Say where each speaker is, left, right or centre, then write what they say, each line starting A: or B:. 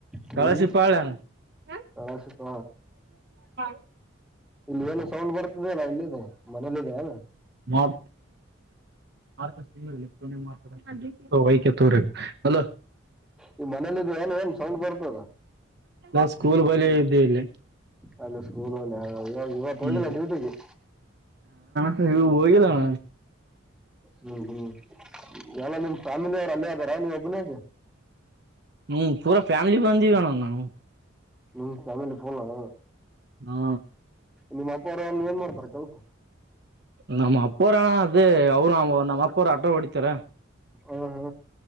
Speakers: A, in the centre; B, on the right (about 55°).
A: ಹ್ಮ್
B: ಕಲಾಸಿಪಾಳ್ಯ ಹಾ
A: ಕಲಾಶಿಪ
B: <unintelligible>
A: ಇಲ್ಲಿ ಏನು ಸೌಂಡ್ ಬರ್ತಿದಲ್ಲ ಎಲ್ಲಿದಿ ಮನೇಲ್ಲಿದೆ ಏನ್
B: ಮಾಡ್ <unintelligible> ಅಲ್ಲ
A: ಈ ಮನೇಲಿದ್ಯ ಏನ್ ಏನ್ ಸೌಂಡ್ ಬರ್ತದ
B: ನಾವ್ ಸ್ಕೂಲ್ ಬಳಿ ಇದ್ದೀವಿ ಇಲ್ಲಿ
A: ಅಲ್ಲಿ ಸ್ಕೂಲಲ್ಲ ಇವಾ ಇವಾಕೊಗಿಲ್ಲ
B: ಹ್ಮ್
A: ಡ್ಯೂಟಿಗೆ?
B: ಇನ್ನು ಹೋಗಿಲ್ಲಣ
A: ಹ್ಮ್ ಹ್ಮ್ ಎಲ್ಲ ನಿಮ್ ಫ್ಯಾಮಿಲಿಯವ್ರ ಅಲ್ಲೆ ಅದಾರ ನೀವ ಒಬ್ಬನೆ ಆದಿಯ
B: ಹ್ಮ್ ಪೂರ ಫ್ಯಾಮಿಲಿ ಬಂದೀವಣ ನಾವು
A: ನಿಮ್ ಪ್ಯಾವಿಲಿ ಫುಲ್ಲಾ
B: ಹಾ
A: ನಿಮ್ಮ್ ಅಪ್ಪ ಅವ್ರನ್ ಏನ್ ಮಾಡ್ತಾರೆ ಕೆಲ್ಸ?
B: ನಮ್ಮ ಅಪ್ಪವ್ರಣ ಅದೇ ಅವ್ರು ನ ನಮ್ಮ ಅಪ್ಪ ಅವರು ಆಟೋ ಹೊಡಿತಾರ.
A: ಆ ಹಾ